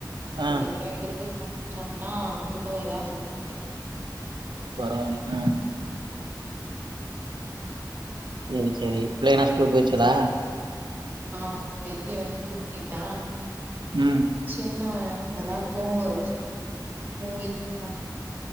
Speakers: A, on the right (about 25°); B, on the right (about 85°).
A: அதுக்கப்புறோ
B: ஆ
A: எடுத்து சமச்சோ ன்னா புழுவெல்லா செத் துவே
B: பரவால்ல அ
A: ம்
B: சேரி சேரி புள்ளைங்கனா ஸ்கூல்லுக்கு போயிருச்சுகளா
A: ஆம் பெரியவ ஸ்கூல் போயிட்டா
B: ம்
A: சின்னவ அப்பதா தூங்க வெச்சே தூங்கிட்ருக்கா